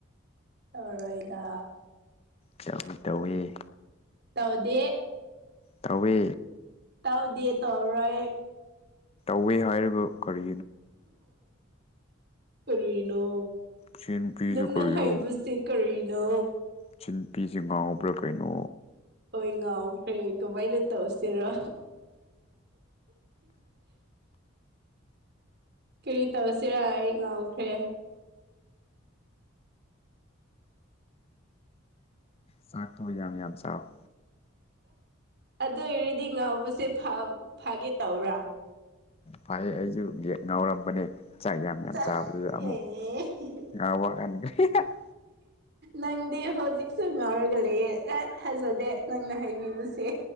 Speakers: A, on the right (about 50°); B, on the left (about 30°).
A: ꯇꯧꯔꯣꯏꯗꯥ
B: ꯇꯧꯋꯤ ꯇꯧꯋꯦ
A: ꯇꯥꯎꯗꯦ
B: ꯇꯧꯋꯦ
A: ꯇꯥꯎꯗꯦ ꯇꯧꯔꯣꯏ
B: ꯇꯧꯋꯦ ꯍꯥꯏꯔꯒ ꯀꯔꯤ
A: ꯀꯔꯤꯅꯣ
B: ꯁꯤ ꯅꯨꯄꯤꯁꯨ
A: ꯅꯪꯅ
B: ꯀꯔꯤꯔꯣ
A: ꯍꯥꯏꯕꯁꯦ ꯀꯔꯤꯅꯣ
B: ꯁꯤ ꯅꯨꯄꯤꯁꯦ ꯉꯥꯎꯕ꯭ꯔꯥ ꯀꯩꯅꯣ
A: ꯍꯣꯏ ꯉꯥꯎꯈ꯭ꯔꯦ ꯀꯃꯥꯏꯅ ꯇꯧꯁꯤꯔꯣ ꯀꯩ ꯇꯧꯁꯤꯔ ꯑꯩ ꯉꯥꯎꯈ꯭ꯔꯦ
B: ꯆꯥꯛꯇꯣ ꯌꯥꯝ ꯌꯥꯝ ꯆꯥꯎ
A: ꯑꯗꯨ ꯑꯣꯏꯔꯗꯤ ꯉꯥꯎꯕꯁꯦ ꯐꯒꯦ ꯇꯧꯕ꯭ꯔꯥ
B: ꯐꯩꯌꯦ ꯑꯩꯁꯨ ꯌꯦ ꯉꯥꯎꯔꯝꯕꯅꯦ ꯆꯥꯛ ꯌꯥꯝ ꯌꯥꯝ
A: ꯆ
B: ꯆꯥꯕꯗꯨꯗ ꯑꯃꯨꯛ
A: ꯑꯦ
B: ꯉ ꯋꯥꯒ ꯀ <inaudible>
A: ꯅꯪꯗꯤ ꯍꯧꯖꯤꯛꯁꯨ ꯉꯥꯎꯔꯒ ꯂꯩꯌꯦ ꯅꯪ ꯊꯥꯖꯗꯦ ꯅꯪꯅ ꯍꯥꯏꯕꯤꯕꯁꯦ